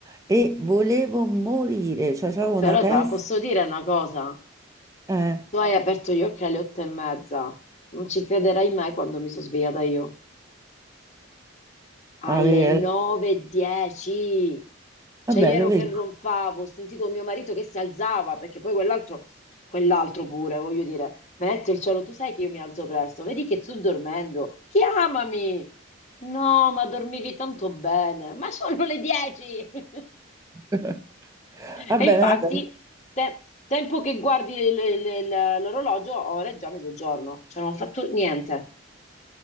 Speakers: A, on the right (about 15°); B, on the left (about 35°).
A: e volevo morire, cioè avevo una
B: te la
A: testa,
B: posso dire una cosa.
A: eh,
B: Tu hai aperto gli occhi alle otto e mezza. Non ci crederai mai quando mi sono svegliata io. Alle
A: alle-
B: nove e dieci. Cioè,
A: vabbè
B: io ero
A: lo vedi.
B: che ronfavo, ho sentito mio marito che si alzava, perché poi quell'altro, quell'altro pure, voglio dire, metti il cielo, tu sai che io mi alzo presto, vedi che sto dormendo, chiamami! No, ma dormivi tanto bene, ma sono le 10! <laughs>
A: <laughs>
B: E
A: Vabbè,
B: infatti,
A: vabbè,
B: te- tempo che guardi le- le- le- le- l'orologio, ora è già mezzogiorno, cioè non ho fatto niente,